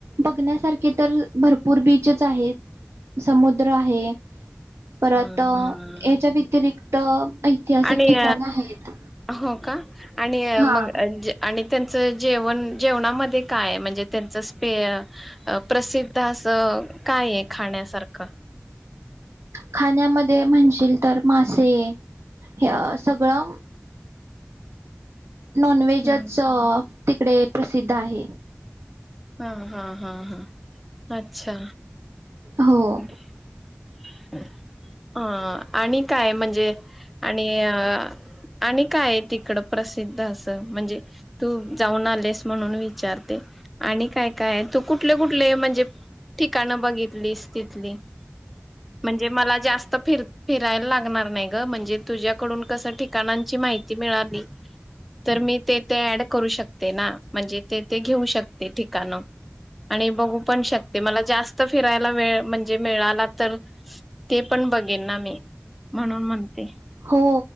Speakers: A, on the right; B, in the centre.
A: बघण्यासारखे तर भरपूर बीचेस आहे. समुद्र आहे- परत
B: हम्म, हम्म.
A: याच्या व्यतिरि- तर ऐतिहासिक
B: आणि
A: ठिकाण आहेत
B: हो का आणि
A: हा
B: मग त्यांचं जेवण जेवणामध्ये काय म्हणजे त्यांचं स्पे अ प्रसिद्ध असं काय आहे खाण्यासारखं
A: खाण्यामध्ये म्हणशील तर मासे हे सगळं नॉन व्हेजच
B: हम्म.
A: तिकडे प्रसिध्द आहे
B: हां हां हां हां अच्छा
A: हो
B: <unintelligible> अं आणि काय म्हणजे आणि अ आणि काय तिकड प्रसिद्ध असं म्हणजे तू जाऊन आलेस म्हणून विचारते. आणि काय- काय तू कुठले कुठले म्हणजे ठिकाणं बघितली तिथली म्हणजे मला जास्त फिर फिरायला लागणार नाही ग म्हणजे, तुझ्याकडून कसं ठिकाणांची माहिती मिळाली तर मी ते ते ऍड करू शकते ना म्हणजे ते ते घेऊ शकते. ते ठिकाण आणि बघू पण शकते मला जास्त फिरायला वेळ म्हणजे मिळाला तर ते पण बघेन ना मी म्हणून म्हणते.
A: हो